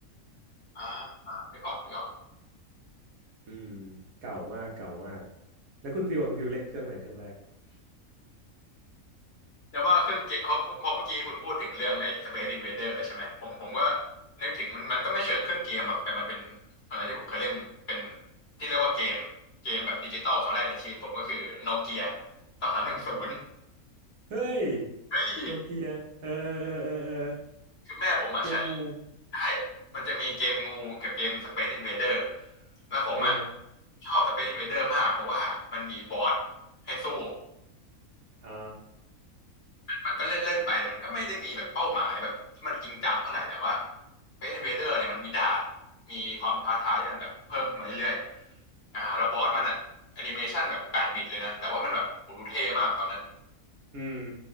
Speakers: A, on the left (about 45°); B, on the right (about 75°).
A: อ่าอ่านึกออกนึกออก
B: อืมเก่ามากเก่ามากแล้วคุณฟิวอ่ะคุณฟิวเล่นเครื่องอะไรเครื่องแรก
A: แต่ยว่าเครื่องเกมพอพอเมื่อกี้คุณพูดถึงเรื่องไอ้ Space Invader แล้วใช่ไหมผมผมก็นึกถึงมันมันก็ไม่เชิงเครื่องเกมหรอกแต่มันเป็นอะไรที่ผมเคยเล่นเป็นที่เรียกว่าเกมเกมแบบดิจิตอลครั้งแรกในชีวิตผมก็คือโนเกียสองสามหนึ่งศูนย์
B: เฮ้ย
A: เฮ้ย
B: โนเกียเออเออเออเออเออ
A: คือแม่ผมอ่ะใช้
B: เกมงู
A: ใช่มันจะมีเกมงูกับเกม Space Invader แล้วผมอ่ะ
B: เออ
A: ชอบ Space Invader มากเพราะว่ามันมีบอสให้สู้
B: อ๋อ
A: มันก็เล่นเล่นไปแต่มันก็ไม่ได้มีแบบเป้าหมายแบบที่มันจริงจังเท่าไหร่แต่ว่า Space Invader เนี่ยมันมีด่านมีความท้าทายที่มันแบบเพิ่มขึ้นมาเรื่อยๆอ่าแล้วบอสมันอะแอนิเมชันแบบแปดบิตเลยนะแต่ว่ามันแบบโหดูเท่มากตอนนั้น
B: อืม